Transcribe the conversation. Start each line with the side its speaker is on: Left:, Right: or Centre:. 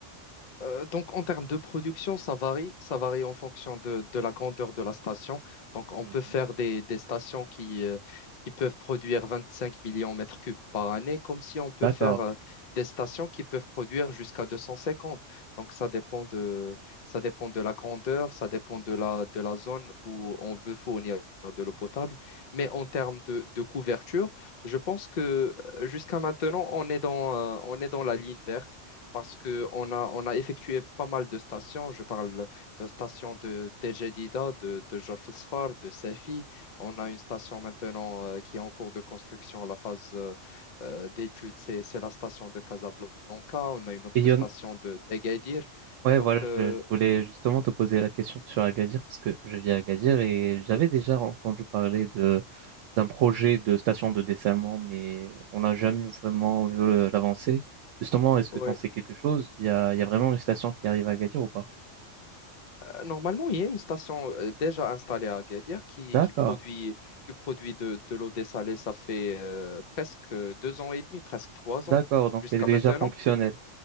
Left: Euh, donc, en termes de production, ça varie. Ça varie en fonction de, de la grandeur de la station. Donc, on
Right: Mhm.
Left: peut faire des, des stations qui, euh, qui peuvent produire 25 millions de mètres cubes par année, comme si on peut
Right: D'accord.
Left: faire euh, des stations qui peuvent produire jusqu'à 250. Donc, ça dépend de, ça dépend de la grandeur, ça dépend de la, de la zone où on veut fournir de l'eau potable. Mais en termes de, de couverture, je pense que euh, jusqu'à maintenant, on est dans, euh, on est dans la ligne verte parce qu'on a, on a effectué pas mal de stations. Je parle de stations de d'El Jadida, de, de Jorf El Sfar, de Safi. On a une station maintenant euh, qui est en cours de construction, la phase euh, euh, d'étude, c'est, c'est la station de Casablanca. On a une autre
Right: Et il y
Left: station
Right: en
Left: de d'Agadir.
Right: Ouais, voilà,
Left: Donc, euh,
Right: je, je voulais justement te poser la question sur Agadir parce que je vis à Agadir et j'avais déjà entendu parler de d'un projet de station de dessalement, mais on n'a jamais vraiment vu le- l'avancée. Justement, est-ce
Left: Ouais.
Right: que tu en sais quelque chose? Il y a, il y a vraiment une station qui arrive à Agadir ou pas?
Left: euh, normalement, il y a une station euh, déjà installée à Agadir qui,
Right: D'accord,
Left: qui produit, qui produit de, de l'eau dessalée. Ça fait euh, presque deux ans et demi, presque trois
Right: d'accord,
Left: ans
Right: donc
Left: jusqu'à
Right: elle est déjà
Left: maintenant.
Right: fonctionnelle.